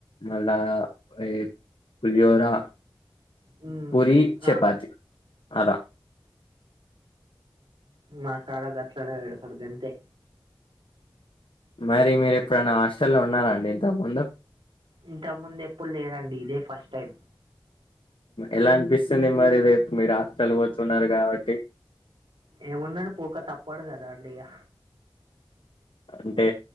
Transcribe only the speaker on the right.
హ్మ్.
ఆ!
మా కాడ గట్లనే వేడుతరు గంతే
ఇంత ముందు ఎప్పుడు లేదండి ఇదే ఫస్ట్ టైం
ఏమున్నది పోక తప్పడు గదా అండి ఇగ